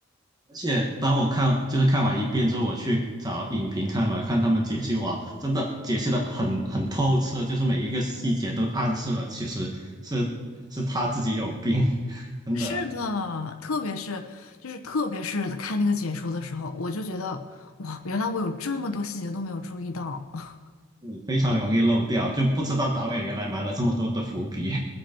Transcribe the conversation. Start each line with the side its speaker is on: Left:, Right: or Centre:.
Right: 而且当我看就是看完一遍之后，我去找影评看嘛，看他们解析，哇，真的解析的很很透彻，就是每一个细节都暗示了，其实是是他自己有病，<laughs> 真的，
Left: 是的，特别是就是特别是看那个解说的时候，我就觉得哇，原来我有这么多细节都没有注意到。<laughs>
Right: 你非常容易漏掉，就不知道导演原来埋了这么多的伏笔。